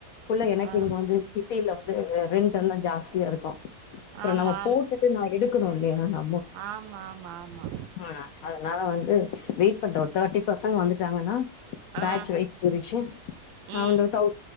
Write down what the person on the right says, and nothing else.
ஆ
ஆமா
ஆமாமாமா
ஆ
ம்